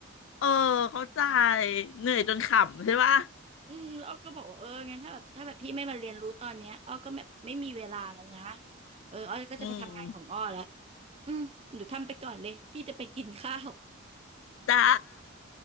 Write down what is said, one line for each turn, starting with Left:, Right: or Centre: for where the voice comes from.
Left: เออเข้าใจเหนื่อยจนขำใช่ปะ
Right: อืมแล้วอ้อก็บอกว่าเอองั้นถ้าแบบถ้าแบบพี่ไม่มาเรียนรู้ตอนเนี้ยอ้อก็แบบไม่มีเวลาแล้วนะเอออ้อก็จะไปทำงานของอ้อแล้ว
Left: อืม
Right: อืมหนูทำไปก่อนเลยพี่จะไปกินข้าว
Left: จ้า